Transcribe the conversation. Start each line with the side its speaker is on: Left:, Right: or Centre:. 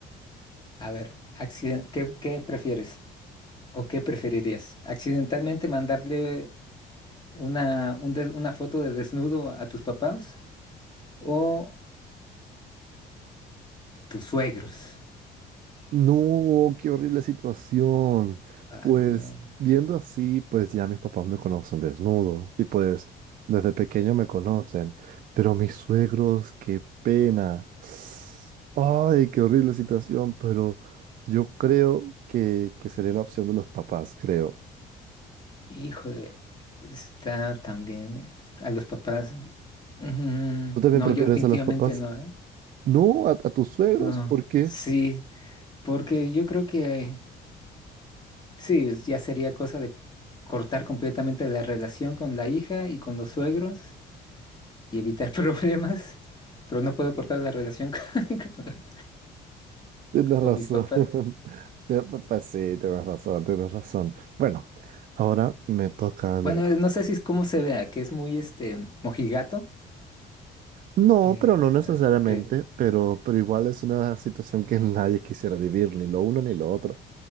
Left: A ver, accident ¿qué, qué prefieres? ¿O qué preferirías? ¿Accidentalmente mandarle una, un des- una foto de desnudo a tus papás? ¿O Tus suegros.
Right: No, qué horrible situación.
Left: Ay,
Right: Pues
Left: Dios.
Right: viendo así, pues ya mis papás me conocen desnudo y pues desde pequeño me conocen, pero mis suegros, qué pena. Ay, qué horrible situación, pero yo creo que, que sería la opción de los papás, creo.
Left: Híjole. Está también eh, a los papás. mm,
Right: ¿Tú también
Left: no,
Right: prefieres
Left: yo definitivamente
Right: a los papás?
Left: no, ¿eh?
Right: No, a, a tus suegros,
Left: No.
Right: ¿por qué?
Left: Sí, porque yo creo que sí, es- ya sería cosa de cortar completamente la relación con la hija y con los suegros y evitar <laughs> problemas. Pero no puedo cortar la relación <laughs> con, con-
Right: Tienes
Left: con
Right: razón.
Left: mis papás.
Right: <laughs> Te- Pues sí, tienes razón, tienes razón. Bueno, ahora me toca a
Left: Bueno,
Right: mí.
Left: eh, no sé si es cómo se vea, que es muy este mojigato.
Right: No,
Left: eh,
Right: pero no necesariamente,
Left: eh, porque
Right: pero, pero igual es una situación que <laughs> nadie quisiera vivir, ni lo uno ni lo otro.